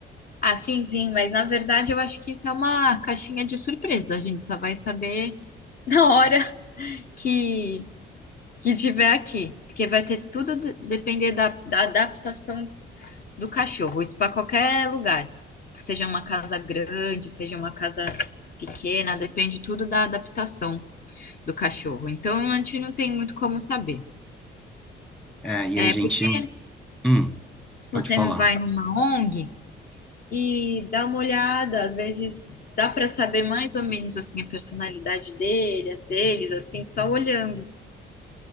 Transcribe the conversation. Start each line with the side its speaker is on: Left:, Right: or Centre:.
Left: Ah, sim, sim, mas na verdade eu acho que isso é uma caixinha de surpresa. A gente só vai saber <laughs> na hora que, que tiver aqui. Porque vai ter tudo de- depender da, da adaptação do cachorro. Isso para qualquer lugar. Seja uma casa grande, seja uma casa pequena, depende tudo da adaptação do cachorro. Então a gente não tem muito como saber.
Centre: É, e
Left: É
Centre: a gente,
Left: porque
Centre: hum,
Left: você
Centre: pode falar.
Left: não vai numa ONG. e dá uma olhada, às vezes dá para saber mais ou menos assim a personalidade dele, as deles, assim, só olhando.